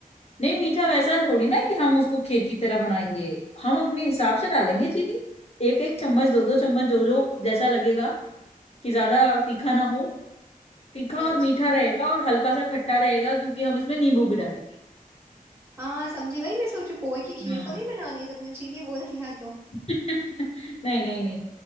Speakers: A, on the left; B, on the right.
A: नहीं मीठा वैसा थोड़ी ना है कि हम उसको खीर की तरह बनाएंगे हम अपने हिसाब से डालेंगे चीनी एक एक
B: हम्म।
A: चम्मच दो दो चम्मच जो जो जैसा लगेगा कि ज्यादा तीखा ना हो तीखा
B: अच्छा
A: और मीठा रहेगा और हल्का सा खट्टा रहेगा क्योंकि हम इसमें नींबू भी डालेंगे
B: हाँ समझी वही मैं सोचू पोहे की खीर
A: हाँ
B: तो नहीं बनानी सबने चीनी बोल दिया तो
A: <laughs> नहीं नहीं नहीं